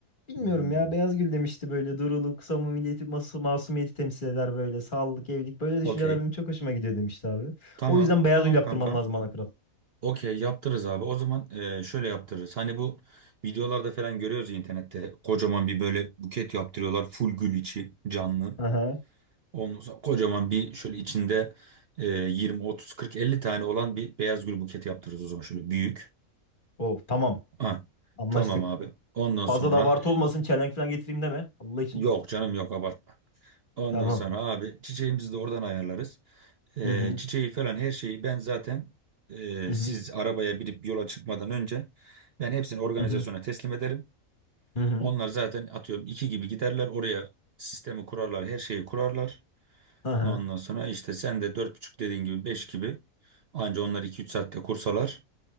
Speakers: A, on the left; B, on the right.
A: Bilmiyorum
B: hmm,
A: ya beyaz gül demişti böyle duruluk, samimiyeti, masu- masumiyeti temsil eder böyle sağlık, evlilik böyle düşünceler
B: Okey.
A: benim çok hoşuma gidiyor demişti abi.
B: Tamam.
A: O yüzden beyaz
B: Tamam
A: gül yaptırman
B: kanka.
A: lazım ana kral.
B: Okey yaptırırız abi. O zaman e, şöyle yaptırırız. Hani bu videolarda falan görüyoruz ya internette. Kocaman bir böyle buket yaptırıyorlar. Full gül içi canlı.
A: Aha.
B: Ondan sonra kocaman bir şöyle içinde e, 20, 30, 40, 50 tane olan bir beyaz gül buketi yaptırırız o zaman. Şöyle büyük.
A: Oh tamam
B: Ha,
A: anlaştık.
B: tamam abi. Ondan
A: Fazla
B: sonra
A: da abartı olmasın çelenk falan getireyim deme Allah için.
B: e, yok canım yok abartma. Ondan
A: Tamam.
B: sonra abi çiçeğimizi de oradan ayarlarız. Ee,
A: Hı hı.
B: çiçeği falan her şeyi ben zaten e,
A: Hı
B: siz
A: hı.
B: arabaya binip yola çıkmadan önce ben hepsini organizasyona
A: Hı hı.
B: teslim ederim.
A: Hı hı. Hı hı.
B: Onlar zaten atıyorum iki gibi giderler oraya sistemi kurarlar her şeyi kurarlar.
A: Aha.
B: Ondan sonra işte sen de dört buçuk dediğin gibi beş gibi anca onlar iki üç saatte kursalar.